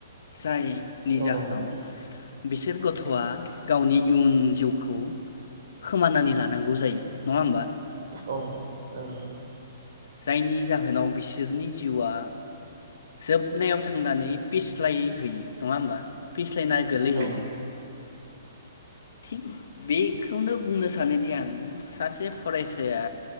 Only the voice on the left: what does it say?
जाय नि जाहोनाव
बिसोर गथ थआ गावनि इयुन जिउखौ खोमानानै लानांगौ जायो नङा होमबा?
जायनि जाहोनाव बिसोरनि जिउआ जोबनायाव थांनानै फिस्लाय हैयो नङा होमबा फिस <unintelligible> ना गोलैहैयो
थिग बेखौनो बुंनो सानोदि आं सासे फरायसाया